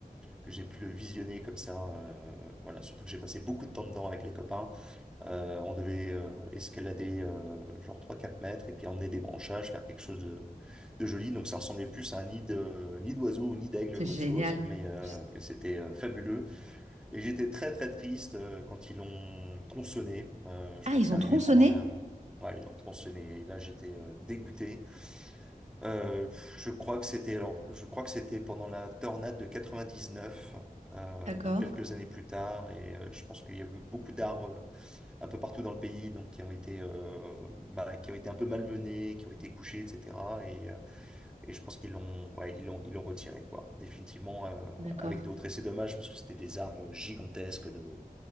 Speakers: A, in the centre; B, on the right.
A: que j'ai pu le visionner comme ça. euh, voilà, surtout que j'ai passé beaucoup de temps dedans avec les copains. Euh, on devait euh, escalader euh, genre trois quatre mètres et puis emmener des branchages, faire quelque chose de, de joli. Donc ça ressemblait plus à un nid de, nid d'oiseau ou nid d'aigle
B: C'est
A: qu'autre
B: génial.
A: chose, mais, euh,
B: Juste-
A: mais c'était euh, fabuleux. Et j'étais très très triste euh, quand ils l'ont tronçonné. Euh, je
B: Ah,
A: crois
B: ils
A: que c'est
B: ont
A: arrivé
B: tronçonné?
A: pendant la... Ouais, ils l'ont tronçonné et là j'étais euh, dégoûté. Euh, pff, je crois que c'était alors, je crois que c'était pendant la tornade de 99, euh,
B: D'accord,
A: donc quelques années plus tard, et euh, je pense qu'il y a eu beaucoup d'arbres un peu partout dans le pays, donc qui ont été, euh, bah, qui ont été un peu malmenés, qui ont été couchés, etc. Et, euh, et je pense qu'ils l'ont, ouais, ils l'ont, ils l'ont retiré, quoi, définitivement euh,
B: d'accord,
A: avec d'autres. Et c'est dommage parce que c'était des arbres gigantesques de